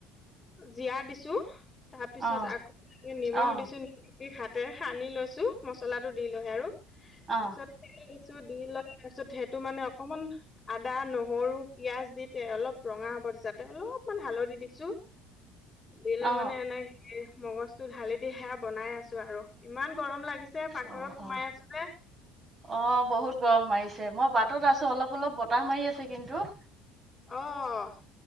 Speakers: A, on the left; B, on the right.
A: জীয়া দিছোঁ। তাৰ পিছত
B: অ
A: আকৌ নিমখ
B: অ
A: দিছোঁ। নিমখ দি হাতে সানি লৈছো, মছলাটো দি লৈ আৰু।
B: অঁ
A: পিছত তেল দিছো, দি লৈ তাৰ পিছ্‌ ছত সেইটো মানে অকমান আদা, নহৰু, পিয়াজ দি তে অলপ ৰঙা হ'ব দিছে। যাতে অলপ মান হালধী দিছোঁ। দিলৈ
B: অ অ
A: মানে, এনেকে মগজটো ঢালি দি সেয়া বনাই আছো আৰু ইমান গৰম লাগ্‌ গিছে পাকঘৰত
B: অ
A: সোমাই
B: অ
A: আছো যে।
B: অ বহুত গৰম মাৰিছে। মই বাটত আছো অলপ অলপ বতাহ মাৰি আছে কিন্তু।
A: অঁ,